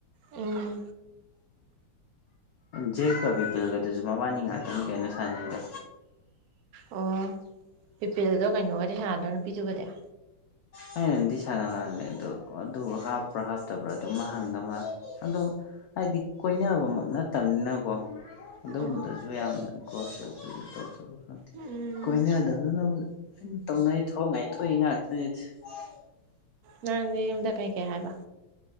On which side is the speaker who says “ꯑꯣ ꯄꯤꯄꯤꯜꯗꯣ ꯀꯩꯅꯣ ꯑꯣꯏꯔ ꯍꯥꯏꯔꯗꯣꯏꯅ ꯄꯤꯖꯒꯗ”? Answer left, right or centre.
Right